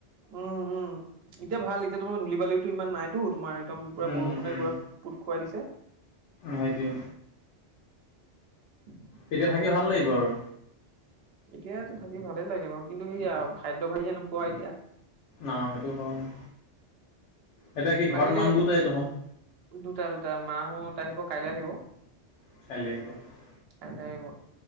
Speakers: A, on the right; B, on the left.
A: উম, উম, এতিয়া ভাল, এতিয়া তোমাৰ ধূলি বালিটো ইমান নাইতো, তোমাৰ একদম পুৰা
B: উম
A: বষু কোনে
B: উম
A: কোৰা পুট খুৱাই দিছে।
B: সেইটোৱে।
A: <inaudible>
B: তেতিয়া থাকি ভাল লাগিব আৰু।
A: এতিয়া থাকি ভালেই লাগে। বাৰু কিন্তু সেইয়া খাদ্য <unintelligible> নোপোৱা এতিয়া,
B: না সেইটো হয়। এতিয়া কি
A: বাকীলে
B: ঘৰত মানুহ দুটাই দেখোন
A: দুটা, দুটা, মাহঁত আহিব কাইলৈ আহিব
B: <inaudible>
A: <unintelligible> আহিব